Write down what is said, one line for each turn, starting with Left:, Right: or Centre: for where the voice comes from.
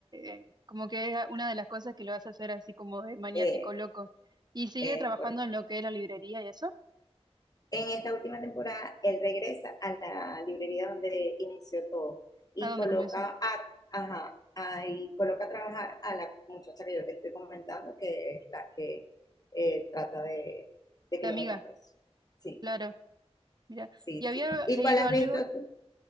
Right: eh, como que es una de las cosas que lo hace hacer así como de maniático
Left: Eh,
Right: loco. Y sigue
Left: eh,
Right: trabajando
Left: por-
Right: en lo que es la librería y eso,
Left: en esta última temporada, él regresa a la librería donde inició todo y
Right: a donde
Left: coloca
Right: comenzó.
Left: a, ajá, ahí coloca a trabajar a la muchacha que yo te estoy comentando, que es la que eh, trata de, de que
Right: La
Left: lo
Right: amiga,
Left: metan preso. Sí.
Right: claro. Mira,
Left: Sí,
Right: y había
Left: sí. ¿Y
Right: leído
Left: cuál has
Right: algo
Left: visto tú?